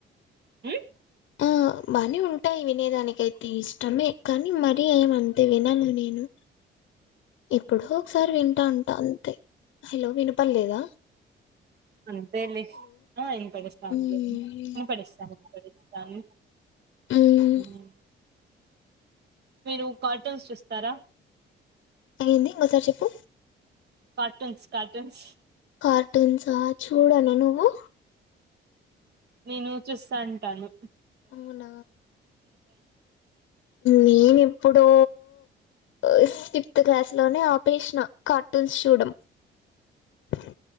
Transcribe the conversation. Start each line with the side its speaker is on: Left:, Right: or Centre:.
Right: హ్మ్
Left: ఆ బానే ఉంటాయి వినేదానిక అయితే ఇష్టమే కానీ మరీ ఏమ అంతే వినను నేను
Right: అ
Left: ఎప్పుడో ఒకసారి వింటా ఉంటా అంతే హలో వినపలేద
Right: అంతేలి ఆ ఇనపడిస్తందిలే
Left: మ్మ్
Right: ఇనపడిస్తంది వినపడిస్తంది
Left: మ్మ్
Right: హ్మ్ మీరు కార్టూన్స్ చూస్తారా
Left: ఏంది ఇంకోసారి చెప్పు
Right: కార్టూన్స్ కటూన్స్
Left: కార్టూన్సా చూడను నువ్వు
Right: నేను చూస్తా అంటాను
Left: అవున నేను ఎప్పుడో వో ఫిఫ్త్ క్లాస్ లోనే ఆపేసిన కార్టూన్స్ చూడడం అ